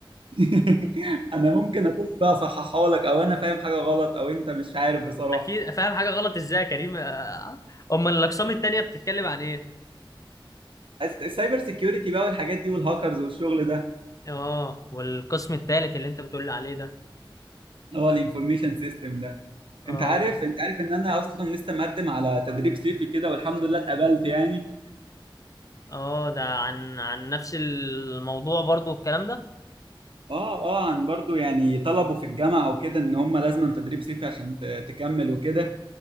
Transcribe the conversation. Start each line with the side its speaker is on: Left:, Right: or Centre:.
Right: <laughs> انا ممكن اكون بقى صححها لك او انا فاهم حاجه غلط او انت مش عارف بصراحه
Left: <laughs> اكيد فاهم حاجه غلط ازاي يا كريم آه، امال الاقسام التانية بتتكلم عن ايه
Right: السايبر سيكيورتي بقى والحاجات دي والهاكرز والشغل ده
Left: اه والقسم الثالث اللي انت بتقول لي عليه ده
Right: هو الانفورميشن سيستم ده
Left: اه
Right: انت عارف انت عارف ان انا اصلا لسه مقدم على تدريب صيفي كده والحمد لله اتقبلت يعني
Left: اه ده عن عن نفس الموضوع برضو الكلام ده
Right: اه اه عن برضو يعني طلبوا في الجامعه وكده ان هم لازم تدريب صيفي عشان ت- تكمل وكده